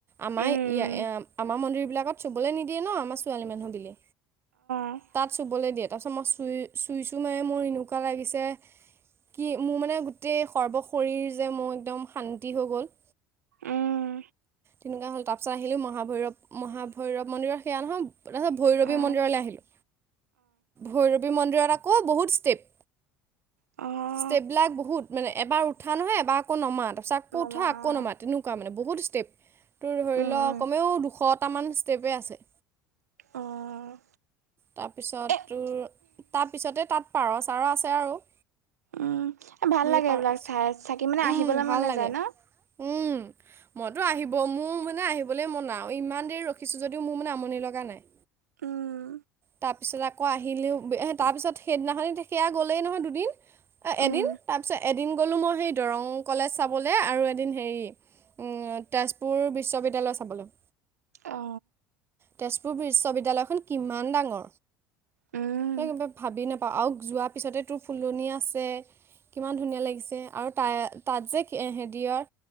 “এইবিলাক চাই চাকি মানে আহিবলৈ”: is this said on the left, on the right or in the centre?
Right